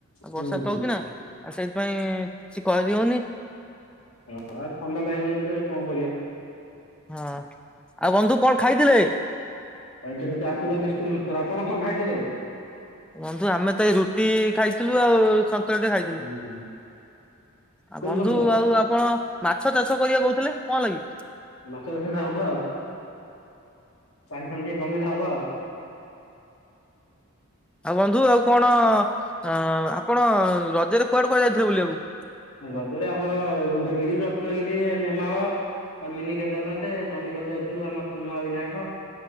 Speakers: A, in the centre; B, on the left.
A: ବର୍ଷା
B: ହୁଁ ହୁଁ ହୁଁ
A: ହଉଛି ନା ଆଉ ସେଇଥିପାଇଁ କିଛି କରିହଉନି।
B: ଓହ ଆଉ ଥଣ୍ଡା ଟା ହେଇଯାଇଛି ଆଉ କଣ କରିବା।
A: ହଁ ଆଉ ବନ୍ଧୁ କଣ ଖାଇଥିଲେ?
B: ଆାଇ ଚା, ଚୁଡା, ବିସ୍କୁଟ, ମିକ୍ସଚର। ଆପଣ କଣ ଖାଇଥିଲେ?
A: ବନ୍ଧୁ ଆମେ ତ ଏଇ ରୁଟି ଖାଇଥିଲୁ ଆଉ ସନ୍ତରା ଟ ଖାଇଥିଲୁ।
B: ହୁଁ ହୁଁ
A: ଆଉ
B: କୋଉ
A: ବନ୍ଧୁ
B: ସନ୍ତୁଳା?
A: ଆଉ ଆପଣ ମାଛ ଚାଷ କରିବାକୁ କହୁଥିଲେ କଣ ଲାଗି?
B: ମାଛ ଚାଷ ଟା ହବ ଆଉ ଚାରି ଖା ଟିକେ କମିଲେ ହବ ଆଉ।
A: ଆଉ ବନ୍ଧୁ ଆଉ କଣ ଅ ଆପଣ ରଜରେ କୁଆଡେ କୁହା ଯାଇଥିଲେ ବୁଲିଆକୁ।
B: ଗଜରେ ଆମର ଉଦୟଗିରି, ରତ୍ନଗିରି, ନେମାଳ ମିନି କେଦାରନାଥ ଚଣ୍ଡିଖୋଲ ଯାଇଥିଲୁ ଆମ ମହାବିିନାୟକ।